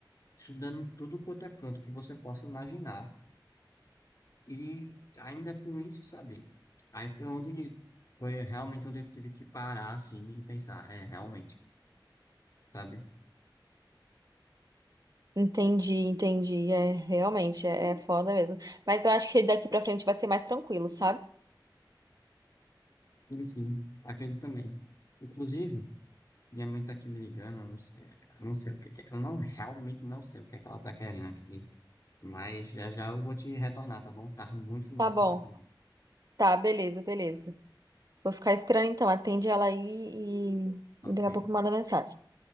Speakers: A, on the left; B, on the right.
A: estudando em tudo quanto é canto que você possa imaginar. E ainda com isso, sabe? Aí foi onde foi realmente onde eu tive que parar assim e pensar, é, realmente, sabe?
B: Entendi, entendi. É, realmente, é, é foda mesmo. Mas eu acho que daqui pra frente vai ser mais tranquilo, sabe?
A: E sim, a gente também. Inclusive, minha mãe tá aqui me ligando, eu não sei, eu não sei o que que, eu não realmente não sei o que é que ela tá querendo aqui, mas já já eu vou te retornar, tá bom? Tá muito massa
B: Tá bom.
A: essa conversa.
B: Tá, beleza, beleza. Vou ficar esperando então. Atende ela aí e,
A: Ok,
B: e daqui a pouco manda mensagem.